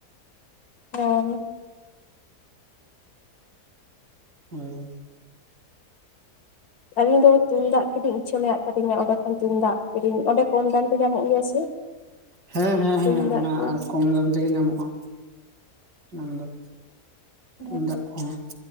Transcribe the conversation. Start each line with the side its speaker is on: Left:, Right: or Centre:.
Left: ᱦᱮᱸ
Right: ᱦᱳᱭ ᱦᱳᱭ
Left: ᱟᱞᱤᱧ ᱫᱚ ᱛᱩᱢᱫᱟᱜ ᱠᱤᱨᱤᱧ ᱤᱪᱪᱷᱟᱹ ᱢᱮᱱᱟᱜ ᱛᱟᱞᱤᱧᱟ ᱚᱸᱰᱮ ᱠᱷᱚᱱ ᱛᱩᱢᱫᱟᱜ ᱠᱤᱨᱤᱧ ᱚᱸᱰᱮ ᱠᱚᱢ ᱫᱟᱢ ᱛᱮ ᱧᱟᱢᱚᱜ ᱜᱮᱭᱟ ᱥᱮ
Right: ᱦᱮᱸ ᱦᱮᱸ
Left: ᱛᱩᱢᱫᱟᱜ
Right: ᱦᱮᱸ ᱚᱱᱟ
Left: ᱠᱚ
Right: ᱠᱚᱢ ᱫᱟᱢ ᱛᱮᱜᱮ ᱧᱟᱢᱚᱜ-ᱟ ᱚᱱᱟ ᱫᱚ
Left: ᱦᱮᱸ
Right: ᱛᱩᱢᱫᱟᱜ ᱠᱚᱦᱚᱸ